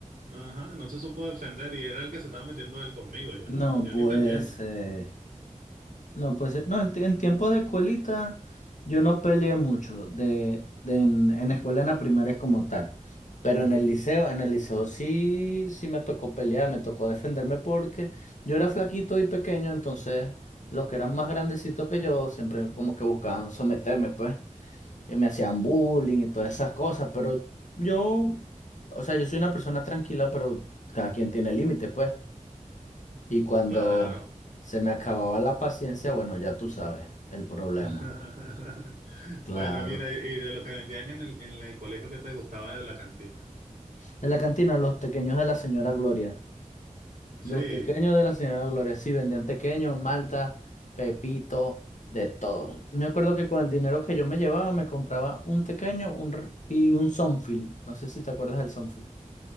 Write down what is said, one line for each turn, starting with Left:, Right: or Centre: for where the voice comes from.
Right: Ajá, no se supo defender y era el que se estaba metiendo él conmigo. Yo
Left: no
Right: no, yo
Left: puede
Right: ni pendiente.
Left: ser. No, pues eh, no, en, en tiempo de escuelita yo no peleé mucho de, de en, en escuela en la primaria como tal. Pero
Right: Ujú.
Left: en el liceo, en el liceo sí, sí me tocó pelear, me tocó defenderme porque yo era flaquito y pequeño, entonces los que eran más grandecitos que yo siempre como que buscaban someterme, pues, y me hacían bullying y todas esas cosas, pero yo, o sea, yo soy una persona tranquila, pero cada quien tiene límites, pues. Y cuando
Right: Claro.
Left: se me acababa la paciencia, bueno, ya tú sabes el problema.
Right: <laughs>
Left: Claro.
Right: Bueno, mira, y y de lo que vendían en el, en el colegio que te gustaba de la cantina.
Left: En la cantina, los tequeños de la señora Gloria.
Right: Sí,
Left: Los tequeños de la señora Gloria, sí, vendían tequeños, malta, pepito, de todo. Me acuerdo que con el dinero que yo me llevaba, me compraba un tequeño un, r- y un Sonfil. No sé si te acuerdas del Sonfil.